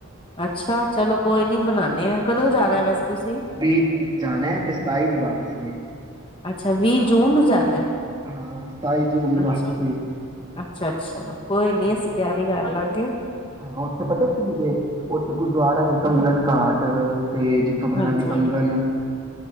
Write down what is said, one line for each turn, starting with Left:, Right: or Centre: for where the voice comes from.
Left: ਅੱਛਾ ਚਲੋ ਕੋਈ ਨੀ ਬਨਾਨੇ ਆ। ਕਦੋਂ ਜਾਣਾ
Right: <unintelligible>
Left: ਵੈਸੇ ਤੁਸੀਂ
Right: ਵੀਹ ਤਰੀਕ ਜਾਣਾ ਏ ਤੇ ਸਤਾਈ ਦੀ ਵਾਪਸੀ। ਸੀ ਗੇ।
Left: ਅੱਛਾ ਵੀਹ ਜੂਨ ਨੂੰ ਜਾਨਾ ਏ
Right: ਹਾਂ ਸਤਾਈ ਜੂਨ ਨੂੰ
Left: ਅੱਛਾ।
Right: ਵਾਪਸੀ
Left: ਅੱਛਾ, ਅੱਛਾ। ਕੋਈ ਨੀ
Right: ਹਾਂ
Left: ਅਸੀਂ ਤਿਆਰੀ ਕਰ ਲਾਂਗ <unintelligible>
Right: ਹਾਂ ਉੱਥੇ ਪਤਾ ਕੀ ਜੇ, ਉੱਥੇ ਗੁਰਦੁਆਰਾ ਏ ਕੰਗਨ ਘਾਟ। ਤੇ ਜਿਥੋਂ ਮਹਾਰਾਜ਼
Left: ਹਾਂਜੀ
Right: ਨੇ ਕੰਗਣ